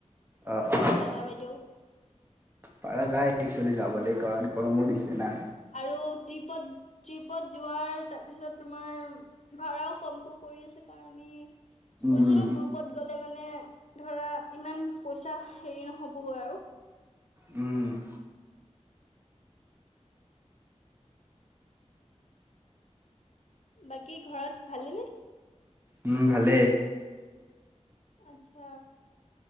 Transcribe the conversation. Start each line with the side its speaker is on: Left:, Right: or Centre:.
Right: অ অ
Left: দাদা, বাইদেউ।
Right: পাৰা যায় একচোৱলি যাবলৈ কাৰণ গৰমো দিছে না।
Left: আৰু ট্ৰিপত ট্ৰিপত যোৱাৰ তাৰপিছত তোমাৰ ভাড়াও কমকৈ কৰি আছে কাৰণ আমি
Right: উম
Left: গৈছো
Right: উম
Left: ন গ্ৰুপত গ'লে মানে ধৰা ইমান পইচা হেৰি নহ'বগৈ আৰু।
Right: উম।
Left: বাকি ঘৰত ভালেনে?
Right: উম ভালেই।
Left: আচ্ছা।